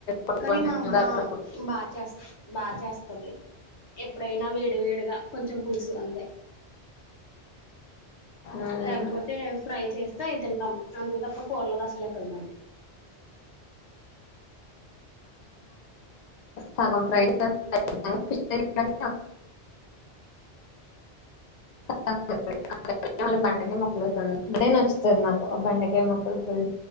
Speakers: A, on the left; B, on the left.
A: పట్టుకుంటున్నాను
B: కానీ మా అమ్మ
A: చూడు అలా.
B: బాగా చేస్త బాగా చేస్తుది ఎప్పుడైనా వేడి వేడిగా కొంచెం పులుసు అంతే
A: ఉమ్.
B: లేకపోతే ఫ్రై చేస్త ఇది తింటాం అంతే తప్ప కూరలోది అసలు ఎక్కదు మనకి
A: సగం ఫ్రై అంద స <unintelligible> అ మ
B: ఉమ్
A: బంండే మకులు స ఇప్పుడే న వచ్చుతుంది మాకు బెండకాయ మొక్కలు పల్